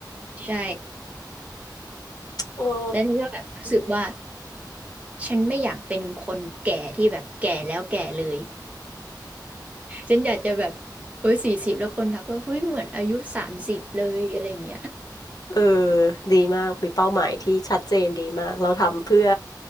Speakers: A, on the right (about 20°); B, on the left (about 55°).
A: ใช่
B: โอ้
A: แล้วนี่ก็แบบรู้สึกว่าฉันไม่อยากเป็นคนแก่ที่แบบแก่แล้วแก่เลย ฉันอยากจะแบบเอ้ยสี่สิบแล้วคนทักว่า เฮ้ยเหมือนอายุสามสิบเลยอะไรอย่างเงี้ย
B: เออดีมากมีเป้าหมายที่ชัดเจนดีมากเราทำเพื่อ